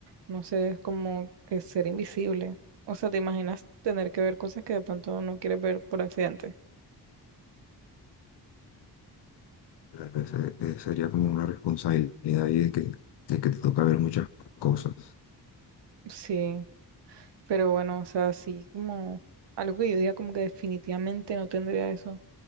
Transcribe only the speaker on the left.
Claro, ese- eh, sería como una responsabilidad ahí de que, de que te toca ver muchas cosas.